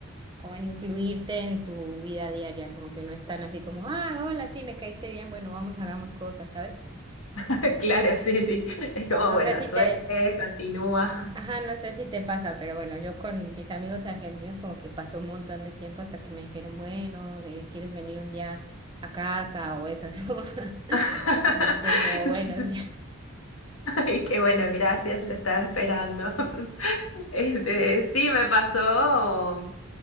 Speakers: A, on the right; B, on the left.
A: como en incluirte en su vida diaria, como que no están así como, ah, hola, sí, me caíste bien, bueno, vamos, hagamos cosas, ¿sabes?
B: <laughs> Claro, sí, sí. Es como,
A: No
B: bueno,
A: sé
B: suerte,
A: si te,
B: continúa.
A: ajá, no sé si te pasa, pero bueno, yo con mis amigos argentinos como que pasó un montón de tiempo hasta que me dijeron, bueno, eh, ¿quieres venir un día a casa o eso? <laughs> así como,
B: <laughs>
A: y yo es como, bueno, sí.
B: Y qué bueno, gracias, lo estaba esperando. <laughs> Este, sí, me pasó.